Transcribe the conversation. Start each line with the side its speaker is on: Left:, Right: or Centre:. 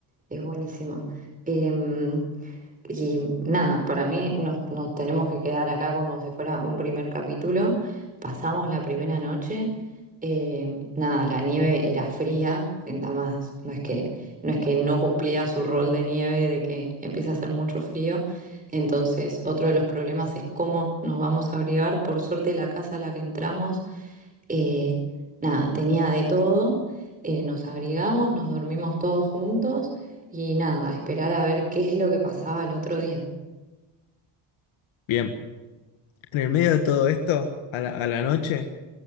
Right: es buenísimo. Em, Y nada, para mí nos, nos tenemos que quedar acá como si fuera un primer capítulo. Pasamos la primera noche. eh, nada, la nieve era fría. Además, no es que, no es que no cumplía su rol de nieve, de que empieza a hacer mucho frío. Entonces, otro de los problemas es cómo nos vamos a abrigar. Por suerte, la casa a la que entramos eh, nada, tenía de todo, eh, nos abrigamos, nos dormimos todos juntos y nada, a esperar a ver qué es lo que pasaba el otro día.
Left: Bien, en el medio de todo esto, a la, a la noche,